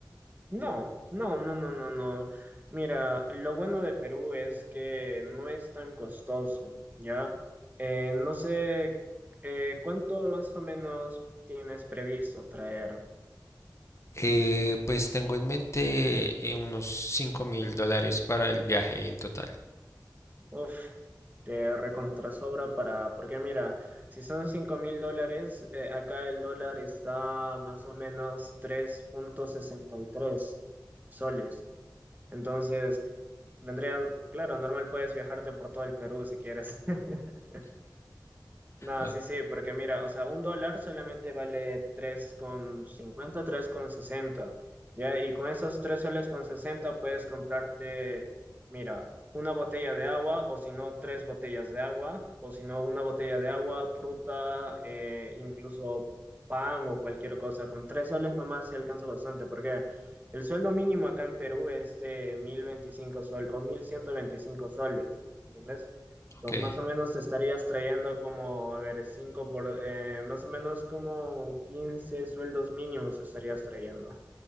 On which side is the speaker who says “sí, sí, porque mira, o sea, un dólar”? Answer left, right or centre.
Right